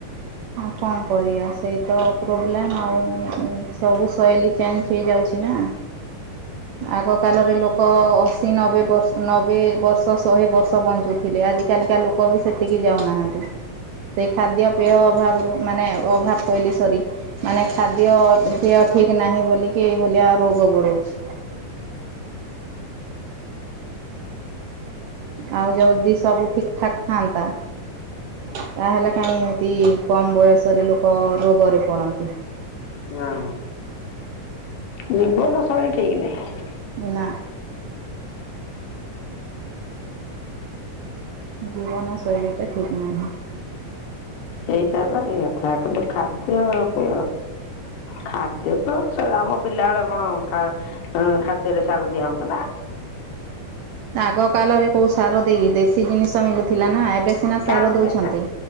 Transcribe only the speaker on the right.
ଆଉ କଣ କରିବା ସେଇତ ପ୍ରୋବ୍ଲେମ ଆଉ। ସବୁ ଶୈଲିୀ ଚେଞ୍ଜ ହେଇଯାଉଛି ନା। ଆଗ କାଳରେ ଲୋକ ଅଶୀ ନବେ ବର୍ଷ ନବ ବେ ବର୍ଷ ଶହେ ବର୍ଷ ବଞ୍ଚୁଥିଲେ ଆଜି କାଲିକା ଲୋକ ବି ସେତିକି ଯାଉନାହାନ୍ତି। ସେଇ ଖାଦ୍ୟ ପେୟ ଅଭାବ ରୁ ମାନେ ଅଭାବ କହିଲି ସରି। ମାନେ ଖାଦ୍ୟ ଦ ଠିକ ନାହିଁ ବୋଲିକି ଏଇ ଭଳିଆ ରୋଗ ବୁଡଉଛି। ଆଉ ଯଦି ସବୁ ଠିକଠାକ୍ ଥାନ୍ତା ତାହେଲେ କାହିଁ ଏମିତି କମ ବୟସରେ ଲୋକ ରୋଗରେ ପଡନ୍ତି।
ନା। ଜୀବନ ଶୈଳୀଟା ଠିକ ନାହିଁ।
ଆଗ କାଲରେ କୋଉ ସାର ଦେଇକି ଦେଶୀ ଜିନିଷ ମିଳୁଥିଲା ନା ଏବେ ସିନା ସାର
ଦଉଛନ୍ତି।